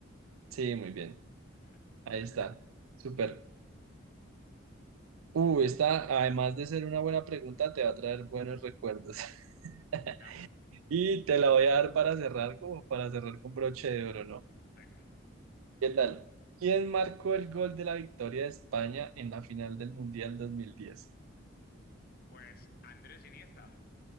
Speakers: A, on the right; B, on the left.
A: Sí, muy bien.
B: Perfecto.
A: Ahí está. Súper. Uh, esta, además de ser una buena pregunta, te va a traer buenos recuerdos. <laughs>
B: Dale,
A: Y te la voy a dar para cerrar, como para cerrar con broche de oro, ¿no?
B: venga.
A: ¿Qué tal? ¿Quién marcó el gol de la victoria de España en la final del Mundial 2010?
B: Pues Andrés Iniesta.